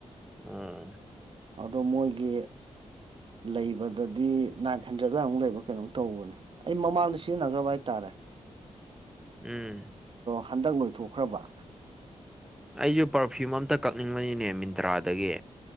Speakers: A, in the centre; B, on the right.
A: ꯑꯝ
B: ꯑꯗꯣ ꯃꯣꯏꯒꯤ ꯂꯩꯕꯗꯗꯤ ꯅꯥꯏꯟ ꯍꯟꯗ꯭ꯔꯦꯗ ꯂꯃꯨꯛ ꯂꯩꯕ ꯀꯩꯅꯣꯝ ꯇꯧꯕꯅꯦ ꯑꯩ ꯃꯃꯥꯡꯗ ꯁꯤꯖꯤꯟꯅꯈ꯭ꯔꯕ ꯍꯥꯏꯇꯥꯔꯦ ꯍ
A: ꯎꯝ
B: ꯍꯟꯗꯛ ꯂꯣꯏꯊꯣꯛꯈ꯭ꯔꯕ
A: ꯑꯩꯁꯨ ꯄꯥꯔꯐ꯭ꯌꯨꯝ ꯑꯝꯇ ꯀꯛꯅꯤꯡꯕꯅꯤꯅꯦ ꯃꯤꯟꯇ꯭ꯔꯥꯗꯒꯤ